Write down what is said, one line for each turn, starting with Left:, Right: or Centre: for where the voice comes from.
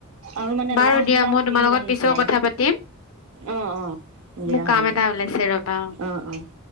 Right: আৰু মানে
Left: বাৰু
Right: লাখ
Left: দিয়া
Right: লাখ
Left: মই তোমাৰ
Right: ভিউজ
Left: লগত
Right: আহিছে।
Left: পিছৰ কথা পাতিম
Right: অ', অ', দিয়া
Left: মোৰ কাম
Right: হ'ব
Left: এটা
Right: দিয়া
Left: ওলাইছে ৰবা
Right: অ' অ'।